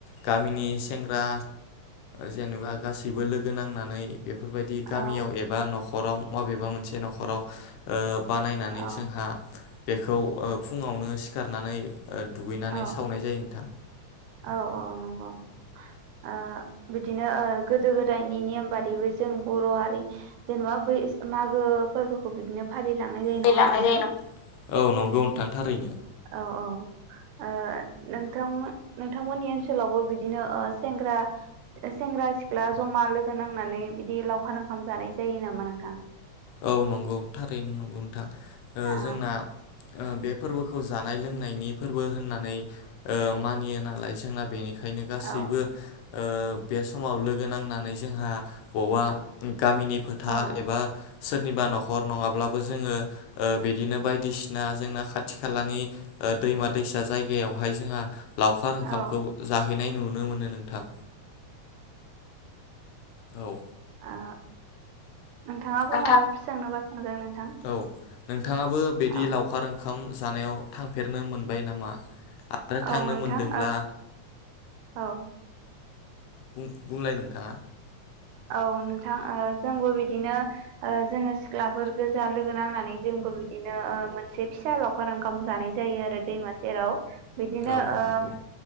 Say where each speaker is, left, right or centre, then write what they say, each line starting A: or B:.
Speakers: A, on the left (about 80°); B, on the right (about 85°).
A: गामिनि सेंग्रा जेनेबा गासैबो लोगो नांनानै बेफोरबायदि गामियाव
B: औ
A: एबा नखर नखराव माबेबा मोनसे नखराव ओ बानायनानै
B: औ
A: जोंहा बेखौ ओ फुङावनो सिखारनानै ओ दुगैनानै
B: औ
A: सावनाय जायो नोंथां
B: औ औ नंगौ ओ बिदिनो ओ गोदो गोदायनि नेम बादिबो जों बर हारि जेनेबा बै मागो फोरबोखौ बिदिनो फारि लांनाय जायो
A: दै
B: नङा
A: लांनाय
B: नोंथां
A: जायो न औ नंगौ नोंथां थारैनो।
B: औ औ ओ नोंथांमो नोंथांमोननि ओनसोलावबो बिदिनो ओ सेंग्रा सेंग्रा सिख्ला जमा लोगो नांनानै बिदि लावखार ओंखाम जानाय जायो नामा नोंथां
A: औ नंगौ थारैनो नंगौ नोंथां ओ
B: औ
A: जोंना ओ बे फोरबोखौ जानाय लोंनायनि फोरबो होननानै ओ मानियो नालाय जोंना बेनि बेखायनो गासैबो
B: औ
A: ओ बे समाव लोगो नांनानै जोंहा बबा गामिनि फोथार
B: औ
A: एबा सोरनिबा नखर नङाब्लाबो जोङो ओ बिदिनो बायदिसिना जोंना खाथि खालानि ओ दैमा दैसा जायगायावहाय जोंहा लावखार ओंखामखौ
B: औ
A: जाहैनाय नुनो मोनो नोंथां औ
B: आ नोंथाङाबो
A: नोंथां
B: मायबाफोर सोंनोबा सो होनग्रा नोंथां
A: औ नोंथाङाबो बिदि
B: औ
A: लावखार ओं ओंखाम जानायाव थांफेरनो मोनबाय नामा? आरो
B: औ
A: थांनो
B: नोंथां
A: मोनदोंब्ला
B: ओ औ
A: बुं-बुंलाय नोंथाङा
B: औ नोंथां ओ जोंबो बिदिनो ओ जोङो सिख्लाफोर गोजा लोगो नांनानै जोंबो बिदिनो ओ मोनसे फिसा लावखार ओंखाम जानाय जायो आरो दैमा सेराव। बिदिनो
A: औ
B: ओ
A: नंगौ